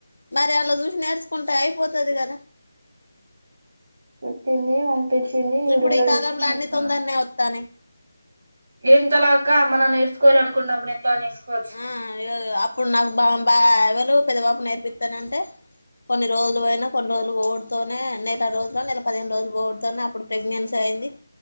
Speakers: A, on the left (about 85°); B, on the right (about 50°).
A: మరే అల్ల జూసి నే కుంటే అయిపోతది కదా
B: కుట్టింది పంపించింది యూట్యూబ్
A: ఇప్పుడు
B: లో
A: ఈ కాలంలో
B: చూసి నేర్చుకున్నా
A: అన్ని తొందరనే వత్తానయి
B: ఎంతలా అక్క మనం నేర్చుకోవాలనుకున్నప్పుడు ఎంతలా నేర్చుకోవచ్చు
A: ఆ ఇగ అప్పుడు నాకు బ బ లు పెద్ద బాపు నేర్పిత్తనంటే కొన్ని రోజులు పోయిన కొన్ని రోజులు పోవుడుతోనే నేల రోజులు నెల పదిహేను రోజులు పోవుడుతోనే అప్పుడు ప్రెగ్నెన్సీ అయింది